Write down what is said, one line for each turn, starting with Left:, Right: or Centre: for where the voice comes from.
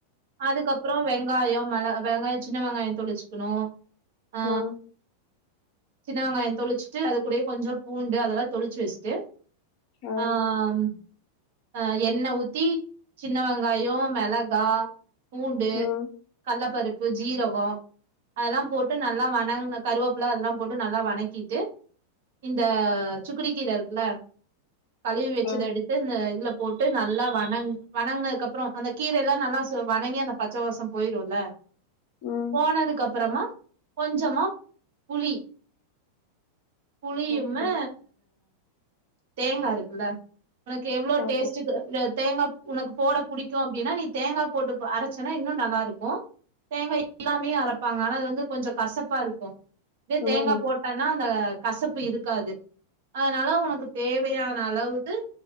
Right: அதுக்கப்றோ வெங்காயொ மெள வெங்காயொ சின்ன வெங்காயொ தொளிச்சுகுணு ஆ
Left: ம்
Right: சின்ன வெங்காயொ தொளிச்சுட்டு அது கூடயே கொஞ்சோ பூண்டு அதல்லா தொளிச்சு வெஸ்ட்டு
Left: ஆ
Right: ஆம் ஆ எண்ண ஊத்தி சின்ன வெங்காய மெளகா பூண்டு
Left: ம்
Right: கள்ளப்பருப் இப்போ ஜீரக அதெல்லா போட்டு நல்லா வணங்க கருவேப்பலா அதெல்லா போட்டு நல்லா வணக்கிட்டு இந்த சுக்குடி கீர இருக்குல கழுவி வச்சத
Left: ஆ
Right: எடுத்து இந்த இதுலப் போட்டு நல்லா வணங் வணங்குனதுக்கப்பறோ அந்த கீர எல்லா நல்லா சு வணங்கி அந்த பச்சவாச போயிருல்ல
Left: ம்
Right: போனதுக்கு அப்பறமா கொஞ்சமா புளி புளியும்மை
Left: ஓகே.
Right: தேங்கா இருக்குல்ல உனக்கு எவ்வளோ
Left: ஆமா.
Right: டேஸ்டு தேங்கா உனக் போட புடிக்கு அப்டின்னா நீ தேங்கா போட்டு அரைச்சனா இன்னு நல்லாருக்கு தேங்கா இல்லாமயே அரைப்பாங்க ஆனா அது வந்து கொஞ்சம் கசப்பா இருக்கு இதே
Left: ம்.
Right: தேங்கா போட்டன்னா அந்த கசப்பு இருக்காது அதனால உனக்கு தேவையான அளவுக்கு